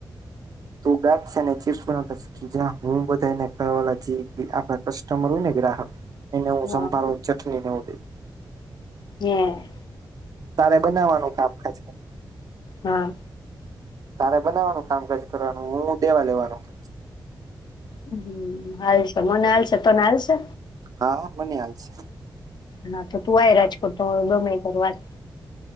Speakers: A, on the right; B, on the left.
A: તું ગાંઠિયા ને ચીપ્સ બનાવતા શીખી જા. હું બધાયને કય ઓલા જી આપણા કસ્ટમર હોય ને ગ્રાહક. એને હું
B: હા
A: સંભારો ને ચટણી ને એવુ
B: હમ.
A: તારે બનાવવાનું કામકાજ
B: હા
A: તારે બનાવવાનું કામકાજ કરવાનું હું દેવા લેવાનું.
B: હ હાલ છે મને હાલ છે તને હાલ છે?
A: હા મને હાલ છે.
B: હા તો તું આ રાજકોટ તો <unintelligible>